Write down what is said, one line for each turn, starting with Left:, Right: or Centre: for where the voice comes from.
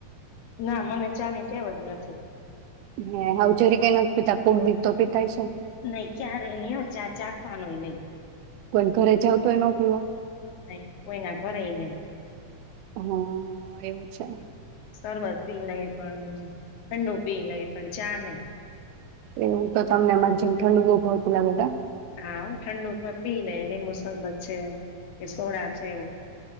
Left: ના, મને ચાની ટેવ જ નથી
Right: હે હાવ જરીકે નથી પીતા, કોક દી તો પીતા હયશો ને!
Left: નઈ ક્યારેય નહીં હોં, ચાં ચાખવાનોય નહીં
Right: કોઈન્ ઘરે જાવ તો યે નો પીવો?
Left: ન કોઈના ઘરે ય નઈ
Right: હા, એમ છે.
Left: શરબત પી લઈએ, પણ ઠંડુ પી લઈયે, પણ ચા નઈ.
Right: એવું, તો તમને મારી જેમ ઠંડુ બઉ ભાવતું લાગે તા?
Left: હા હું, ઠંડુ પણ પી લેઈએ લિંબુ સરબત છે. કે સોડા છે એવું.